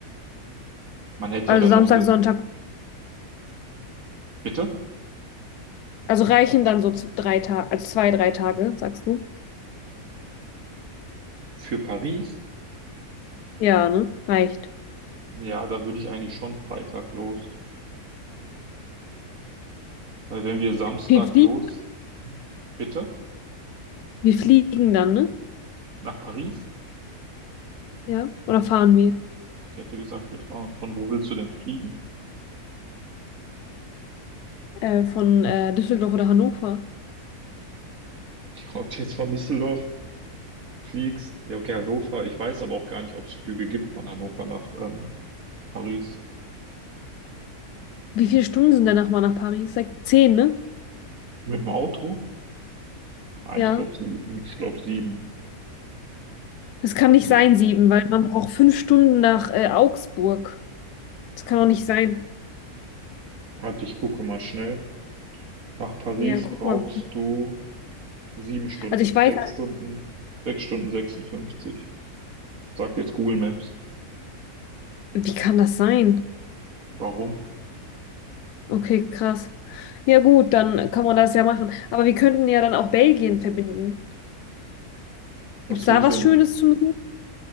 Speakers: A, on the right (about 65°); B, on the left (about 85°).
A: Man hätte
B: Also
A: ja dann
B: Samstag,
A: noch den,
B: Sonntag,
A: bitte?
B: also reichen dann so z- drei Tage, also zwei, drei Tage, sagst du?
A: Für Paris?
B: Ja, ne? Reicht.
A: Ja, da würde ich eigentlich schon Freitag los. Weil wenn wir Samstag
B: Wir fliegen,
A: los, bitte?
B: wir fliegen dann, ne?
A: Nach Paris?
B: Ja. Oder fahren wir?
A: Ich hätte gesagt, wir fahren. Von wo willst du denn fliegen?
B: Äh, von äh, Düsseldorf oder Hannover.
A: <laughs> Ob du jetzt von Düsseldorf fliegst? Ja, okay, Hannover. Ich weiß aber auch gar nicht, ob es Flüge gibt von Hannover nach ähm, Paris.
B: Wie viele Stunden sind denn nochmal nach Paris? Sag, zehn, ne?
A: Mit dem Auto? Nein,
B: Ja.
A: ich glaube sie, ich glaube sieben
B: Das kann
A: oder
B: nicht
A: zehn.
B: sein, sieben, weil man braucht fünf Stunden nach äh, Augsburg. Das kann doch nicht sein.
A: Warte, ich gucke mal schnell. Nach Paris
B: Ja, guck
A: brauchst
B: mal.
A: du sieben Stunden,
B: Also ich weiß,
A: sechs
B: halt,
A: Stunden, sechs Stunden 56. Sagt jetzt Google Maps.
B: wie kann das sein?
A: Warum?
B: Okay, krass. Ja gut, dann kann man das ja machen. Aber wir könnten ja dann auch Belgien verbinden.
A: Was
B: Gibt es da
A: willst
B: was
A: du in,
B: Schönes zum Sehen?